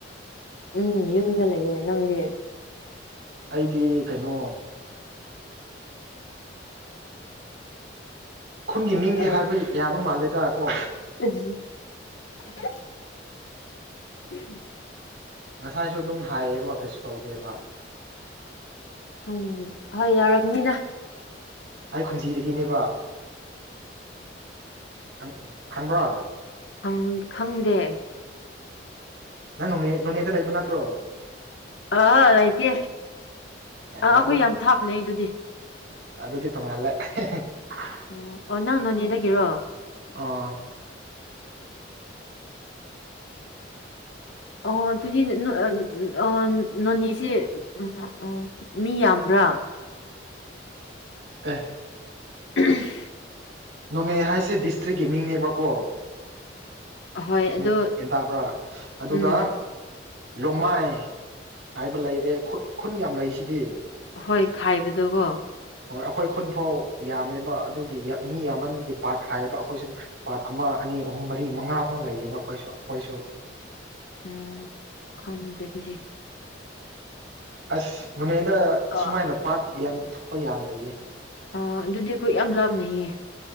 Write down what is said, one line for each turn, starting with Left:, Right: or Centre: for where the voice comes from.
Left: ꯎꯝ ꯌꯨꯝꯗ ꯂꯩꯌꯦ ꯅꯪꯗꯤ
Right: ꯑꯩꯗꯤ ꯀꯩꯅꯣ ꯈꯨꯟꯒꯤ ꯃꯤꯡꯗꯤ
Left: ꯑ
Right: ꯍꯥꯏꯕ ꯌꯥꯕ ꯃꯥꯜꯂꯦꯗꯥ ꯀꯣ
Left: <unintelligible> <unintelligible>
Right: ꯉꯁꯥꯏꯁꯨ ꯑꯗꯨꯝ ꯍꯥꯏꯌꯦꯕ ꯀꯩꯁꯨ ꯀꯧꯗꯦꯕ
Left: ꯍꯪ ꯍꯣꯏ ꯌꯥꯔꯝꯅꯤꯗ
Right: ꯑꯩ ꯈꯨꯨꯝꯖꯤꯗꯒꯤꯅꯦꯕ ꯈꯪ ꯈꯪꯕ꯭ꯔꯣ
Left: ꯑꯝ ꯈꯪꯗꯦ
Right: ꯅꯪ ꯅꯣꯅꯦ ꯅꯣꯅꯦꯗ ꯂꯩꯕ ꯅꯠꯇ꯭ꯔꯣ
Left: ꯑꯥ ꯂꯩꯇꯦ
Right: ꯑꯦ
Left: ꯑꯥ ꯑꯩꯈꯣꯏ
Right: ꯑꯗꯨ
Left: ꯌꯥꯝ ꯊꯥꯞꯅꯩ ꯑꯗꯨꯗꯤ
Right: ꯑꯗꯨꯗꯤ ꯇꯣꯡꯉꯥꯜꯂꯦ <unintelligible>
Left: ꯑꯣ ꯑꯣ ꯅꯪ ꯅꯣꯅꯦꯗꯒꯤꯔꯣ
Right: ꯑꯣ
Left: ꯑꯣ ꯑꯗꯨꯗꯤ ꯑꯣ ꯅꯣꯅꯦꯁꯦ ꯎꯝ ꯑꯣ ꯃꯤ ꯌꯥꯝꯕ꯭ꯔꯥ
Right: ꯑ‌ꯦ
Left: <unintelligible>
Right: ꯅꯣꯅꯦ ꯍꯥꯏꯁꯦ ꯗꯤꯁꯇ꯭ꯔꯤꯛꯀꯤ ꯃꯤꯡꯅꯦꯕꯀꯣ
Left: ꯍꯣꯏ
Right: ꯀ‌ꯦꯟ
Left: ꯑꯗꯣ
Right: ꯇꯕ꯭ꯔꯥ ꯑꯗꯨꯗ
Left: ꯎꯝ
Right: ꯂꯣꯡꯃꯥꯏ ꯍꯥꯏꯕ ꯂꯩꯔꯦ ꯈꯨ ꯈꯨꯟ ꯌꯥꯝ ꯂꯩꯁꯤꯗꯤ
Left: ꯍꯣꯏ ꯍꯥꯏꯕꯗ‌ꯣꯀ‌ꯣ
Right: ꯍꯣꯏ ꯑꯩꯈꯣꯏ ꯈꯨꯟꯐꯥꯎ ꯌꯥꯝꯃꯦꯕ ꯑꯗꯨꯒꯤ ꯃꯤ ꯌꯥꯝꯃꯟꯕꯒꯤ ꯄꯥꯔꯠ ꯈꯥꯏꯌ‌ꯦꯕ ꯑꯩꯈꯣꯏꯁꯨ ꯄꯥꯔꯠ ꯑꯃ ꯑꯅꯤ ꯑꯍꯨꯝ ꯃꯔꯤ ꯃꯉꯥ ꯐꯥꯎ ꯂꯩꯌꯦꯕ ꯑꯩꯈꯣꯏꯁꯨ ꯑꯩꯈꯣꯏꯁꯨ
Left: ꯎꯝ ꯈꯪꯗꯦ ꯑꯗꯨꯗꯤ
Right: ꯑꯁ ꯅ‌ꯣꯅꯦꯗ
Left: ꯑ
Right: ꯑꯁꯨꯃꯥꯏꯅ ꯄꯥꯔꯠ ꯌꯥꯝ ꯊꯣꯛꯄ ꯌꯥꯝ ꯂꯩꯌꯦ
Left: ꯑꯣ ꯑꯗꯨꯗꯤ ꯑꯩꯈꯣꯏ ꯌꯥꯝ ꯂꯥꯞꯅꯩꯌꯦ